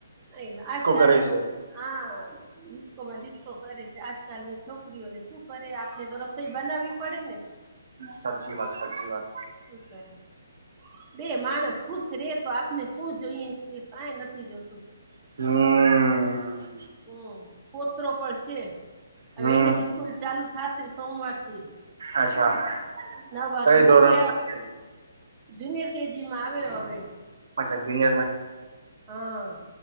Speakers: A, on the right (about 15°); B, on the right (about 80°).
A: અ આજકાલની
B: કરે છે
A: આ ડીસ્કોમાં ડીસ્કો કરે છે, આજકાલની છોકરીઓને શું કરે આપણે તો રસ બનાવવી પડે ને...
B: સાચી વાત સાચી વાત.
A: શું કરે, બે માણસ ખુશ રે તો આપને શું જોઈએ છે, કાંઈ નથી જોતું.
B: હમ.
A: હમ. પુત્રો પર છે. હવે
B: હમ
A: એનીબી સ્કૂલ ચાલુ... થાશે સોમવાર... થી
B: અચ્છા
A: નવ વાગે
B: કઈ ધોરણ
A: મૂકી
B: માં
A: આવ.
B: છે
A: જુનિયર કેજી માં આવ્યો હવે.
B: અચ્છા જુનીયર માં...
A: હા.